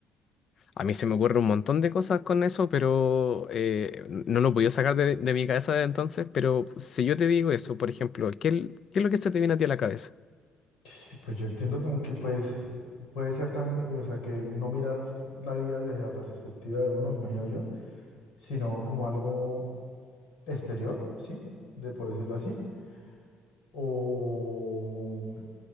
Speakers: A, on the left; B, on the left.
A: A mí se me ocurre un montón de cosas con eso, pero eh, no lo podía sacar de, de mi cabeza de entonces. Pero si yo te digo eso, por ejemplo, ¿qué, qué es lo que se te viene a ti a la cabeza?
B: sí, pues yo entiendo como que pues puede ser también, mi- o sea, que no mirar la vida desde la perspectiva de uno, me imagino yo, sino como algo exterior, ¿sí? De por decirlo así, o,